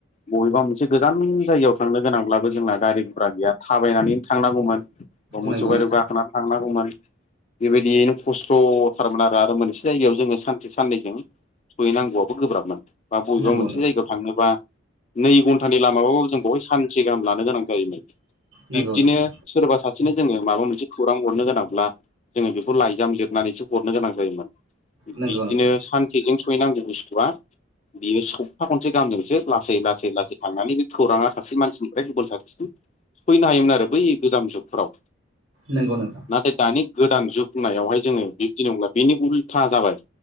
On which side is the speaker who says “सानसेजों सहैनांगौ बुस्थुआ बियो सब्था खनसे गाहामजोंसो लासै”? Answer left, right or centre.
Left